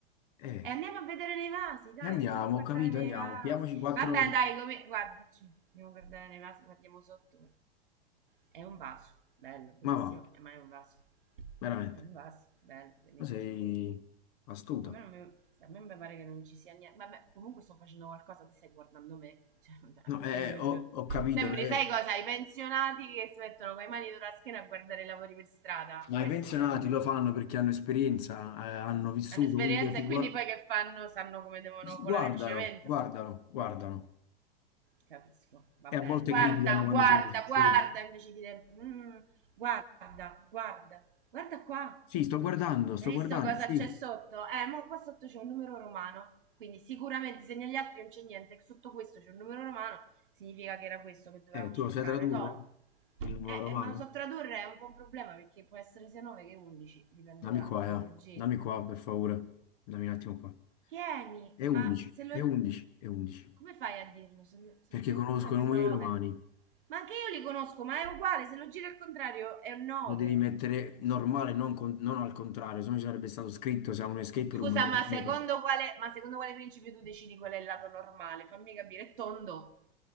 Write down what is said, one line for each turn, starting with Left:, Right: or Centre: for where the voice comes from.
Left: Eh,
Right: E andiamo a vedere nei vasi, dai,
Left: e andiamo,
Right: andiamo a guardare
Left: ho capito,
Right: nei
Left: andiamo,
Right: vasi.
Left: piamoci quattro...
Right: Vabbè, dai, come... Guarda, facci. Andiamo a guardare nei vasi, guardiamo sotto. È un vaso, bello, bellissimo,
Left: Ma va,
Right: eh, ma è un vaso. È
Left: veramente,
Right: un vaso, bello, bellissimo.
Left: ma sei astuta.
Right: A me, non mi... a me mi pare che non ci sia niente. Vabbè, comunque sto facendo qualcosa, ti stai guardando me. Cioè, <laughs> vabbè.
Left: No, eh, ho, ho capito,
Right: Sembri,
Left: no?
Right: sai cosa? I pensionati che si mettono con le mani sulla schiena a guardare i lavori per strada.
Left: Ma
Right: Questo
Left: i pensionati
Right: sembri.
Left: lo fanno perché hanno esperienza, eh, hanno vissuto,
Right: Hanno esperienza
Left: quindi io ti
Right: e
Left: gua-
Right: quindi poi che fanno? Sanno come devono colare
Left: guardano,
Right: il cemento.
Left: guardano, guardano.
Right: Capisco, vabbè.
Left: E a volte
Right: Guarda,
Left: criticano quando
Right: guarda,
Left: c'è bisogno. Sì,
Right: guarda, invece di dire "Mm, guarda, guarda, guarda qua.
Left: Sì, sto guardando, sto
Right: Hai visto
Left: guardando,
Right: cosa
Left: sì.
Right: c'è sotto? Eh, ma qua sotto c'è un numero romano. Quindi sicuramente se negli altri non c'è niente, sotto questo c'è un numero romano, significa che era questo che dovevamo
Left: Eh, tu
Right: cercare.
Left: lo sai tradurre?
Right: Toh.
Left: Il numero
Right: Eh,
Left: romano?
Right: eh, ma lo so tradurre è un po' un problema perché può essere sia 9 che 11, dipende
Left: Dammi
Right: da
Left: qua,
Right: come
Left: eh.
Right: lo giri.
Left: Dammi qua, per favore. Dammi un attimo qua.
Right: Tieni,
Left: È
Right: ma
Left: 11,
Right: se lo
Left: è 11, è 11.
Right: Come fai a dirlo? Se, lo- se
Left: Perché
Right: lo giri
Left: conosco
Right: al contrario
Left: i numeri
Right: è 9.
Left: romani.
Right: Ma anche io li conosco, ma è uguale, se lo giri al contrario è un 9.
Left: Lo devi mettere normale, non, con- non al contrario, se no ci sarebbe stato scritto, se ha un escape
Right: Scusa,
Left: room, te lo
Right: ma
Left: ripeto.
Right: secondo quale, ma secondo quale principio tu decidi qual è il lato normale? Fammi capire, è tondo?